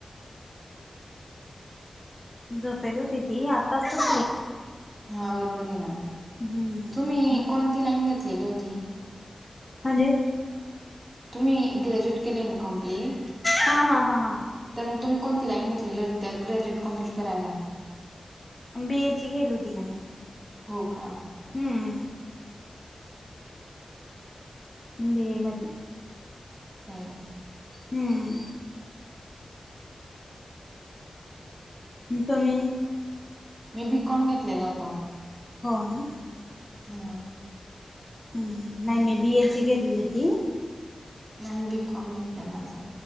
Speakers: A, on the left; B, on the right.
A: झोपेल होती ती आताच उठली.
B: हा बरोबर आहे ना.
A: हम्म
B: तुम्ही
A: मग
B: कोणती लाईन घेतलेली होती?
A: म्हणजे?
B: तुम्ही ग्रॅज्युएट केलय ना कंप्लीट
A: हा हा हा हा.
B: तर मग तुम्ही कोणती लाईन घेतलेली त्या ग्रॅज्युएट कंप्लीट करायला?
A: बी एच ए घेत होती न मी
B: हो का.
A: हम्म. ब एच मधी
B: होय
A: हम्म. तुम्ही
B: मी बी कॉम घेतलेल होत.
A: हो ना.
B: हा.
A: नाही मी बी एच ए घेतली होती.
B: नाही मी बी कॉम घेतन माझ